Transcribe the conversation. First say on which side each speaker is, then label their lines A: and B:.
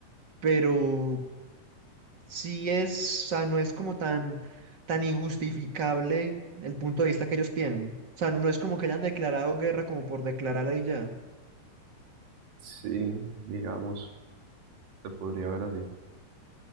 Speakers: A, on the right; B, on the right.
A: pero sí es, o sea, no es como tan, tan injustificable el punto de vista que ellos tienen. O sea, no, no es como que hayan declarado guerra como por declararla y ya.
B: Sí, digamos, se podría ver así.